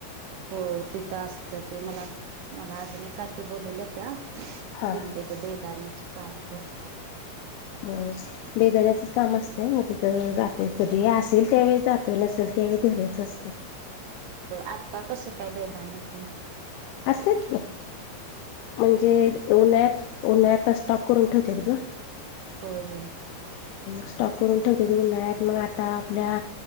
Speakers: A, on the right; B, on the left.
A: हो तिथं असतं ते मला मला अजून काकी बोललेलं त्या.
B: हा
A: तुमच्या
B: हा
A: इथे बेदाण्याचे काम भरपूर अस
B: हो बेदाण्याचा काम असतय मग तिथं जातोय कधी असेल त्यावेळी जातो नसेल त्यावेळी घरीच असत.
A: आता कसं काय बेदाानतण.
B: असतात की म्हणजे. उन्हाळ्यात उन्हाळ्यात आता स्टॉक करून ठेवत्यात गं.
A: होय होय.
B: स्टॉक करून ठेवत्याती. उन्हाळ्यात मग आता आपल्या